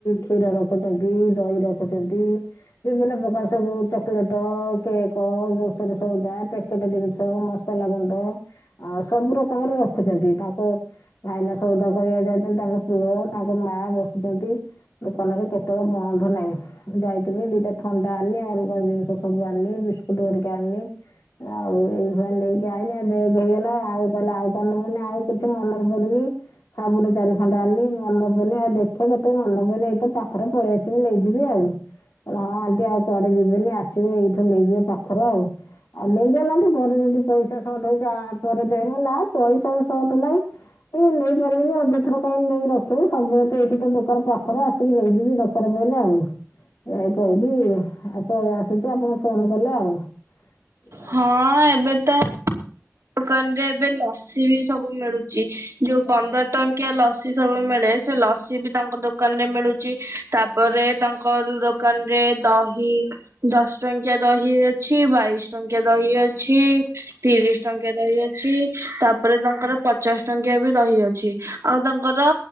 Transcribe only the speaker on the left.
କ୍ଷୀର ର ରଖୁଚନ୍ତି ଦହି ରଖୁଚନ୍ତି ବିଭିନ୍ନ ପ୍ରକାର ସବୁ ଚକୋଲେଟ କେକ୍ କ ଗ୍ରସରି ସଉଦା ପ୍ୟାକେଟ ଜିନିଷ ମସଲା ଗୁଣ୍ଡ ଆଉ ସବୁ ରକମର ରଖୁଛନ୍ତି ତାଙ୍କୁ ଭାଇନା ସଉଦା କରିବାକୁ ଯାଇଚନ୍ତି ତାଙ୍କ ପୁଅ ତାଙ୍କ ମା ବସୁଚନ୍ତି। ଦୋକାନରେ କେତେବେଳେ ବନ୍ଦ ନାଇଁ ଯାଇଥିଲି ଦିଟା ଥଣ୍ଡା ଆଣିଲି ଆଉରୀ ଅଲଗା ଅଲଗା ଜିନିଷ ସବୁ ଆଣିଲି ବିସ୍କୁଟୁ ହେଲେ ହେରିକା ଆଣଲି ଆଉ ଏଇ ଭଳିଆ ନେଇକି ଆାଇଲି ବେଗେ ହେଇଗଲା ଆଉ କହିଲା ଆଉ କଣ ନେବୁ ମୁଁ ଆଉ କିଛି ମନରେ ପଡନି। ସବୁନୁ ଚାରି ଖଣ୍ଡ ଆଣିଲି ମନ ପଡୁନି ଆଉ ଦେଖେ କେତେ ମନେ ପଡୁନି ଏଇ ତ ପାଖରେ ପଳେଇ ଆସିବି ନେଇଯିବି ଆଉ କହିଲା ହଁ ଆଣ୍ଟି ଆଉ କୁଆଡେ ଯିବେନି ଆସିବେ ଏଇଠୁ ନେଇଯିବେ ପାଖରେ ଆଉ ଆଉ ନେଇଗଲାଠୁ ପରେ ଯଦି ପଇସା ସଟ୍ ହଉଚି ପରେ ଦେଇଦେଲା ପଇସା ସଟ୍ ନାଇଁ ହୁଁ ନେଇପାରିବୁନି ଅଯ ପଛରେ କାଇଁ ନେଇ ରଖିବି ସବୁବେଳେ ତ ଏଇଠି ତ ଦୋକାନ ପାଖରେ ଆସିକି ନେଇଯିବି ଦରକାର ପହିଲେ ଆଉ ଏଇ କହିକି ପଳେଇ ଆସୁଛି ଆପଣ ଫୋନ କଲେ ଆଉ ଏଇଆ ଆଉ
କ'ଣ